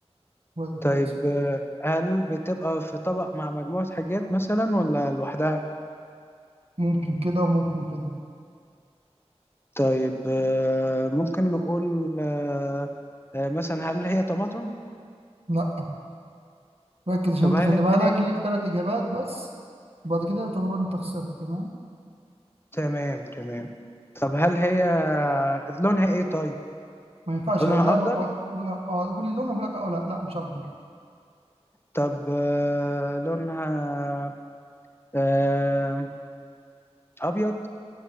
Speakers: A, on the right; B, on the left.
A: فوائدها كويسه
B: طيب آه، هل بتبقى في طبق مع مجموعة حاجات مثلا ولا لوحدها؟
A: ممكن كده وممكن كده
B: طيب آه، ممكن نقول آه، آه، مثلا هل هي طماطم؟
A: لا ركز عشان
B: طب
A: انت
B: هل
A: خلي بالك
B: هل هي
A: ليك ثلاث اجابات بس وبعد كده تعتبر انت خسرت تمام
B: تمام تمام طب هل هي آه، لونها ايه طيب؟
A: ما ينفعش
B: لونها
A: هو اللعبه
B: اخضر
A: قا... لونها قا... قول لي لون اقول لك اه لا لا مش اخضر
B: طب آه، لونها آه، ابيض